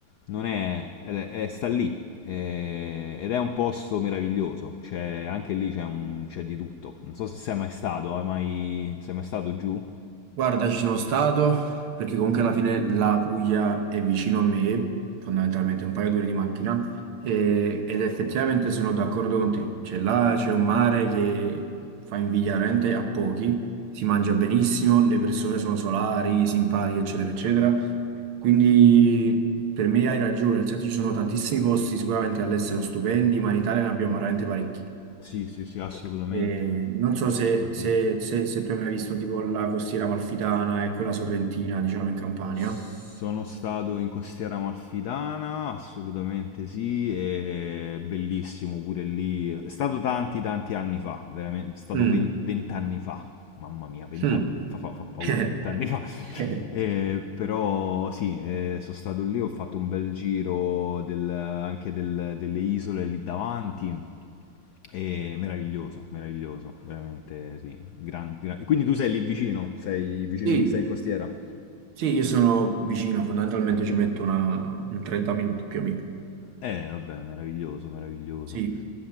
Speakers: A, on the left; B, on the right.
A: non è, è- è- sta lì eh, ed è un posto meraviglioso. C'è, anche lì c'è, un- c'è di tutto. Non so se sei mai stato, hai mai, sei mai stato giù?
B: Guarda, ci sono stato perché comunque alla fine la Puglia è vicino a me, fondamentalmente un paio d'ore di macchina, e- ed effettivamente sono d'accordo con te. Cioè là c'è un mare che fa invidia
A: Eh,
B: veramente a pochi, si mangia benissimo, le persone sono solari, simpatiche, eccetera, eccetera. Quindi per me hai ragione, nel senso ci sono tantissimi posti sicuramente all'estero stupendi, ma in Italia ne abbiamo veramente parecchi.
A: Sì, sì, sì, assolutamente.
B: Eh, non so se,
A: Infatti-
B: se- se- se tu hai mai visto tipo la costiera amalfitana e quella sorrentina, diciamo, in Campania.
A: Sono stato in Costiera Amalfitana, assolutamente sì, e bellissimo pure lì. È stato tanti, tanti anni fa, veramente, è stato
B: Mm,
A: ven- vent'anni fa. Mamma mia, vent'anni
B: mm.
A: fa, fa, fa paura,
B: <laughs>
A: vent'anni fa. <laughs>
B: Eh,
A: Eh, però sì, eh, sono stato lì, ho fatto un bel giro del- anche del- delle isole lì davanti. E meraviglioso, meraviglioso, veramente sì. Gran- gran- Quindi tu sei lì vicino, sei vicino,
B: Sì,
A: sei in costiera?
B: sì, io sono vicino, fondamentalmente ci metto una- un 30 minuti più o meno.
A: Eh, vabbè, meraviglioso, meraviglioso.
B: Sì.